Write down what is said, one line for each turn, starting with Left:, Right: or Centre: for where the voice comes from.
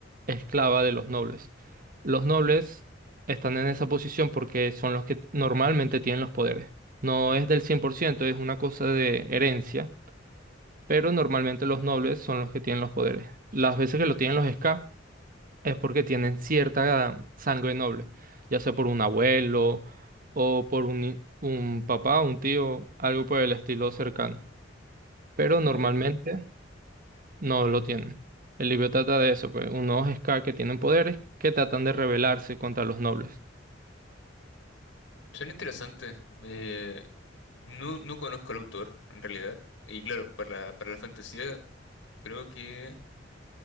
Right: esclava de los nobles. Los nobles están en esa posición porque son los que normalmente tienen los poderes. No es del 100%, es una cosa de herencia, pero normalmente los nobles son los que tienen los poderes. Las veces que lo tienen los ska, es porque tienen cierta sangre noble, ya sea por un abuelo o por un, un papá, un tío, algo por el estilo cercano. Pero
Left: ¿Ya?
Right: normalmente no lo tienen. El libro trata de eso, pues, unos Scar que tienen poderes que tratan de rebelarse contra los nobles.
Left: Son interesantes. Eh, no, no conozco al autor, en realidad. Y claro, para la, para la fantasía, creo que.